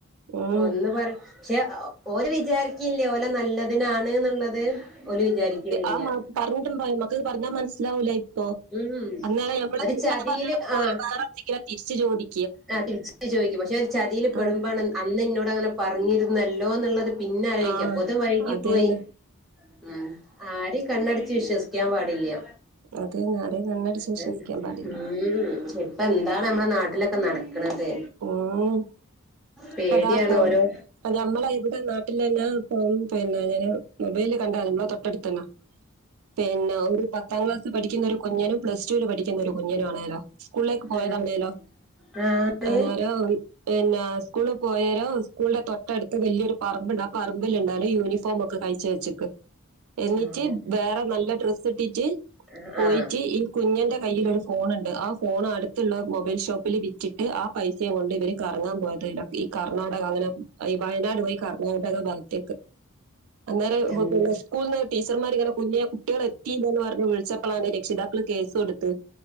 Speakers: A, on the right (about 80°); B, in the centre.
A: ഉം
B: ഒന്ന് പറ പക്ഷെ ഓല് വിചാരിക്കില്ല ഓലെ നല്ലതിനാണ് ന്നുള്ളത് ഓല് വിചാരിക്കിണ്ല്ല്യാ
A: ആ മ- പറഞ്ഞിട്ടുണ്ടോ ഈ മക്കക്ക് പറഞ്ഞാ മനസ്സിലാവൂലേ അപ്പോ
B: ഉം
A: അന്നേ ഞമ്മള്
B: ഒരു
A: എങ്ങനെ
B: ചതിയില്
A: പറഞ്ഞ് കൊടുക്കുമ്പോ
B: ആഹ്
A: ഓല് വേറെ എന്തെങ്കിലാ തിരിച്ച് ചോദി
B: ആഹ് തിരിച്ച് ചോയിക്കും പക്ഷെ ഒരു ചതില് പെടുമ്പാണ്
A: ആ
B: അന്ന് ഇന്നോട് അങ്ങനെ പറഞ്ഞിരുന്നല്ലോന്നുള്ളത് പിന്നാലോയിക്ക
A: ആഹ്
B: അപ്പൊത് വൈകി
A: അത്
B: പോയി
A: തന്നെ
B: ഉം ആരിം കണ്ണടച്ച് വിശ്വസിക്കാൻ പാടില്ല
A: അത് തന്നെ ആരേം കണ്ണടിച്ച്
B: അതന്നെ
A: വിശ്വസിക്കാൻ പാടില്ല
B: ഉം ഇപ്പെന്താണ് നമ്മളെ നാട്ടിലൊക്കെ നടക്കണത്
A: ഉം
B: പേടിയാണ്
A: <unintelligible>
B: ഓരോ
A: ഇപ്പ ഞമ്മളെ ഇവിടെ നാട്ടിലന്ന ഇപ്പം പിന്നെ ഞാൻ മൊബൈല് കണ്ട നമ്മളെ തൊട്ടടുത്തന്നാ പിന്നെ ഒരു പത്താം ക്ലാസ് പഠിക്കുന്ന ഒരു കുഞ്ഞനും പ്ലസ് ടൂൽ പഠിക്കുന്ന ഒരു കുഞ്ഞനും ആണേലോ സ്ക്കൂളേക്ക് പോയതാണേലോ
B: ആഹ് ആണ്
A: അന്നേരം പിന്നെ സ്ക്കൂൾ പോയേരം സ്ക്കൂൾ ന്റെ തൊട്ടടുത്ത് വല്യൊരു പറമ്പ്ണ്ട് ആഹ് പറമ്പിൽ ഉണ്ടേലോ യൂണിഫോം ഒക്കെ കഴി ചേച്ചിക്ക് എന്നിട്ട്
B: ആണ്
A: വേറെ നല്ല ഡ്രസ്സ് ഇട്ടീറ്റ്
B: ആഹ്
A: പോയിറ്റ് ഈ കുഞ്ഞന്റെ കയ്യില് ഒരു ഫോണ് ണ്ട് ആ ഫോൺ അടുത്ത് ള്ള മൊബൈൽ ഷോപ്പിൽ ബിറ്റ് ട്ട് ആഹ് പൈസയും കൊണ്ട് ഇവർ കറങ്ങാൻ പോയത യ്ല്ല ഈ കർണാടക അങ്ങനെ ഈ വയനാട് പോയി ക അങ്ങനതോക്കെ ഭാഗത്തേക്ക് അന്നേരം <unintelligible>
B: എന്താ
A: സ്കൂൾന്ന് ടീച്ചർമാര്ങ്ങന കുഞ്ഞിയേ കുട്ടെള് എത്തിയില്ലെന്ന് പറഞ് വി ളിച്ചപ്പളാണ് രക്ഷിതാക്കള് കേസ് കൊട് ത്ത്